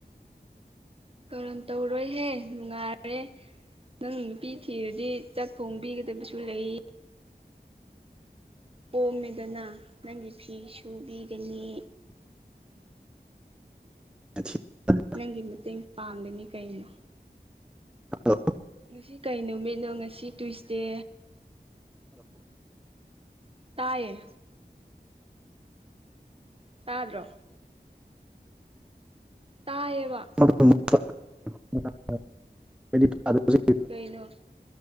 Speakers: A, on the right; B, in the centre.
A: ꯀꯔꯟ ꯇꯧꯔꯣꯏ ꯍꯦ ꯅꯨꯡꯉꯥꯏꯔꯦ ꯅꯪ ꯅꯨꯄꯤ ꯊꯤꯔꯗꯤ ꯆꯥꯛ ꯊꯣꯡꯕꯤꯒꯗꯕꯁꯨ ꯂꯩ ꯀꯣꯝꯃꯦꯗꯅ ꯅꯪꯒꯤ ꯐꯤ ꯁꯨꯕꯤꯒꯅꯤ
B: ꯑꯊꯤ ꯇꯟ
A: ꯅꯪꯒꯤ ꯃꯇꯦꯡ ꯄꯥꯡꯒꯅꯤ ꯀꯩꯅꯣ
B: ꯍꯜꯂꯣ
A: ꯉꯁꯤ ꯀꯩ ꯅꯨꯃꯤꯠꯅꯣ ꯉꯁꯤ ꯇꯨꯏꯁꯗꯦ ꯇꯥꯏꯌꯦ ꯇꯥꯗ꯭ꯔꯣ ꯇꯥꯏꯑꯕ
B: <unintelligible>
A: ꯀꯩꯅꯣ